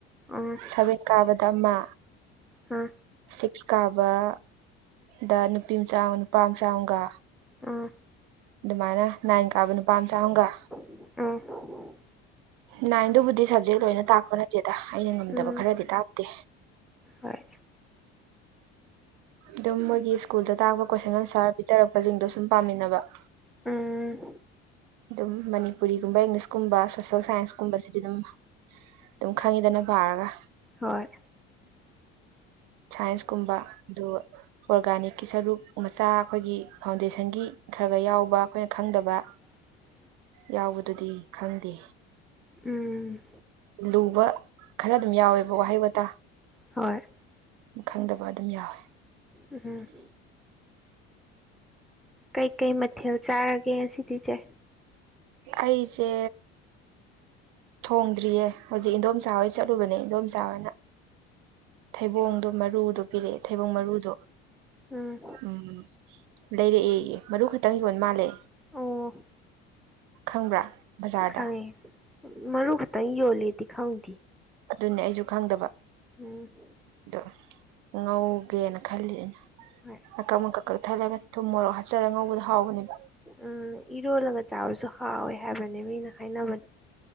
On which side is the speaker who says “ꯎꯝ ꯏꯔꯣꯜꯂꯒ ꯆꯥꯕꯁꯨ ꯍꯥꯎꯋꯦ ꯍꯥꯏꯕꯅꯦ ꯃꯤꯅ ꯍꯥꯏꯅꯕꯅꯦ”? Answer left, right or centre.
Centre